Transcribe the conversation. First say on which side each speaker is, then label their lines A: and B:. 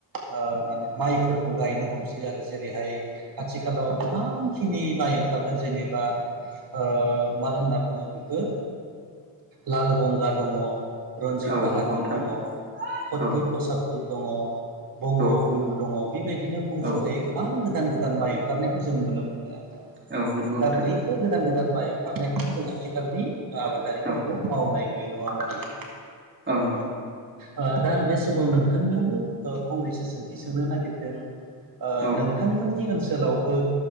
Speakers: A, on the right; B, on the right.
A: ओ माने माइफोरखौ गायनो हमसै आरो जेरैहाय आथिखालाव गोबांखिनि माइ ओंखारदों जेनेबा ओ मा होनना बुङो बेखौ लाल गंगा दङ, रन्जित
B: औ
A: बाहादुर
B: नंगौ नोंथां
A: दङ, हत्तुर
B: औ
A: पसत्तुर दङ, बंग
B: औ
A: बन्दु दङ बेबायदिनो बुंस'हायै
B: औ
A: गोबां गोदान गोदान माइ ओंखारनायखौ जों नुनो मोनो आरो।
B: औ नंगौ
A: दा
B: नोंथां
A: बैफोर गोदान-गोदान माइ अंखारनायखौ जों आथिखालनि आबादारिफोरखौ
B: औ
A: मावनाय नुयो नङा होनबा नोंथां?
B: औ नंगौ
A: ओ दा बे समाव नोंथांनियावबो फंनैसो सोंथि सोंनो नागिरदों ओ
B: औ
A: नोंथांमोननि
B: नंगौ
A: ओनसोलावबो